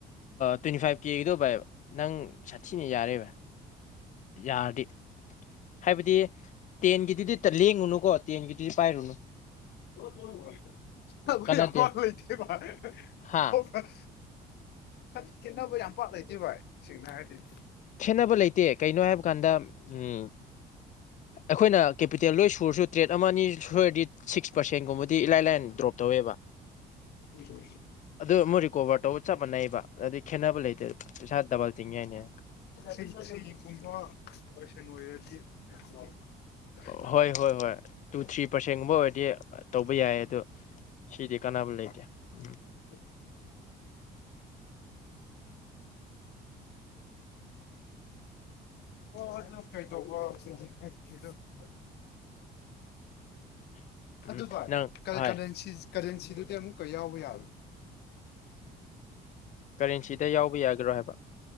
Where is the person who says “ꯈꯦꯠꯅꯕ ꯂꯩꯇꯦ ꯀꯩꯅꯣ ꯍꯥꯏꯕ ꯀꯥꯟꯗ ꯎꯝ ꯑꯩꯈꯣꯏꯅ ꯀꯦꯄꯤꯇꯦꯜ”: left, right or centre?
Left